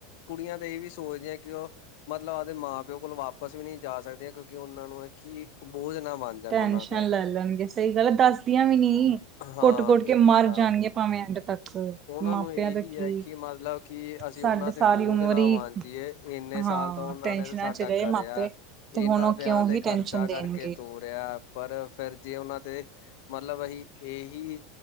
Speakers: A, on the left; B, on the right.
A: ਕੁੜੀਆਂ ਤਾਂ ਏ ਵੀ ਸੋਚਦੀਆਂ ਕਿ ਉਹ ਮਤਲਬ ਆਪਦੇ ਮਾਂ-ਪਿਓ ਕੋਲ ਵਾਪਸ ਵੀ ਨੀ ਜਾ ਸਕਦੀਆਂ ਕਿਉਂਕਿ ਓਨਾਂ ਨੂੰ ਐ ਕਿ ਬੋਝ ਨਾ ਬਣ ਜਾਣ
B: ਟੈਨਸ਼ਨ
A: ਉਹਨਾਂ ਤੇ
B: ਲੈ ਲੈਣਗੇ ਸਈ ਗੱਲ ਦੱਸਦੀਆਂ ਵੀ ਨੀ।
A: ਹਾਂ,
B: ਕੁੱਟ-ਕੁੱਟ ਕੇ
A: ਏਹੀ
B: ਮਰ
A: ਤਾਂ
B: ਜਾਣਗੇ
A: ਹੈ
B: ਭਾਵੇਂ ਐਂਡ ਤੱਕ
A: ਓਨਾਂ
B: ਮਾਪਿਆਂ
A: ਨੂੰ ਇਹੀ
B: ਦਾ ਕੀ
A: ਹੈ ਕਿ ਮਤਲਬ ਕਿ ਅਸੀਂ
B: ਸਾਡੇ
A: ਉਹਨਾਂ
B: ਸਾਰੀ
A: ਤੇ ਬੋਝ
B: ਉਮਰ
A: ਨਾ
B: ਹੀ
A: ਬਣਜੀਏ ਏਨੇ ਸਾਲ
B: ਹਾਂ
A: ਤਾਂ ਉਹਨਾਂ
B: ਟੈਨਸ਼ਨਾਂ
A: ਨੇ ਸਾਡਾ
B: ਚ ਰਹੇ
A: ਕਰਿਆ।
B: ਮਾਪੇ ਤੇ ਹੁਣ
A: ਏਨਾਂ
B: ਉਹ
A: ਵਿਆਹ
B: ਕਿਉਂ
A: ਤੇ
B: ਹੀ
A: ਖਰਚਾ
B: ਟੈਨਸ਼ਨ ਦੇਣਗੇ।
A: ਕਰਕੇ ਤੋਰਿਆ ਪਰ ਫਿਰ ਜੇ ਓਨਾਂ ਤੇ ਮਤਲਬ ਅਸੀਂ ਏਹੀ